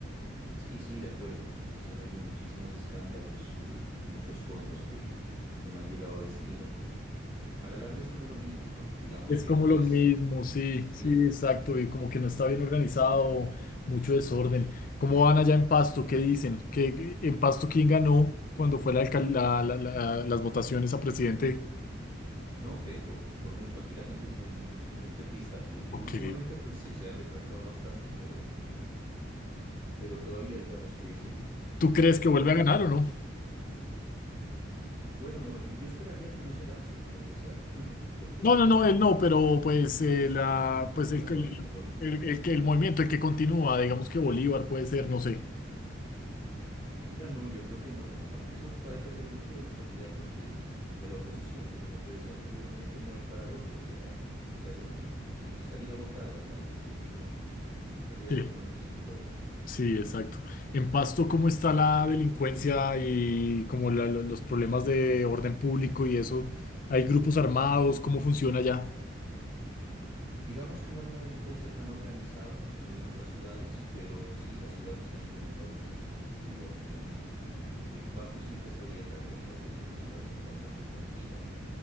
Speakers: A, on the right; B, on the left.
A: Sí, sí, de acuerdo. O sea, han habido muchísimos escándalos, eh, muchos fondos que, que no han llegado a destino. A la larga es como lo mismo, ¿no? Digamos
B: Es
A: que
B: como
A: tal
B: lo
A: vez,
B: mismo, sí,
A: sí.
B: sí, exacto, y como que no está bien organizado, mucho desorden. ¿Cómo van allá en Pasto? ¿Qué dicen? ¿Qué, en Pasto quién ganó cuando fue la, alcal- la- la- la- las votaciones a presidente?
A: No, Petro, por mucho. Aquí la gente es muy, muy, pet- muy petrista. que
B: Ok.
A: últimamente, pues, se, se ha retractado bastante, pero, pero todavía digamos que es el,
B: ¿Tú crees
A: que es popular.
B: que vuelve a ganar o no?
A: Bueno, no, yo, yo esperaría que no se lance para empezar, <laughs> porque
B: No,
A: eso
B: no,
A: sería
B: no, él
A: como
B: no, pero pues, eh, la, pues el,
A: la
B: que-
A: corriente política.
B: el, el que- el movimiento, el que continúa, digamos que Bolívar puede ser, no sé.
A: Mira, no, yo creo que no, aunque eso va a depender mucho de los candidatos de, de la oposición, es que como te decía anteriormente, no hay para dónde, o sea, o sea, eh, ni, ni salir a votar dan ganas, porque no, en realidad
B: Sí.
A: es como lo mismo todo.
B: Sí, exacto. En Pasto, ¿cómo está la delincuencia y como la- lo- los problemas de orden público y eso? ¿Hay grupos armados? ¿Cómo funciona allá?
A: Digamos que no hay una delincuencia tan organizada como se ve en otras ciudades, pero sí, la ciudad se ha incrementado muchísimo en inseguridad últimamente. Eh, Pasto siempre se había caracterizado por ser una ciudad bastante tranquila